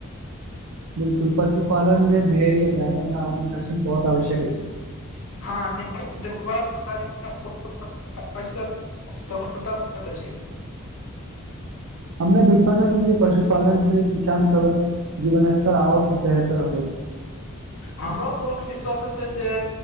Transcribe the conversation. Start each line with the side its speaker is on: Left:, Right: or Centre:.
Right: बिलकुल पशुपालन में धैर्य मेहनत आ अनुशासन बहुत आवश्यक अछि।
Left: <unintelligible> <unintelligible>
Right: हमरा विश्वास अछि जे पशुपालन से किसान सबक जीवन स्तर आओर बेहतर होयत।
Left: हमरो पूर्ण विश्वास छै जे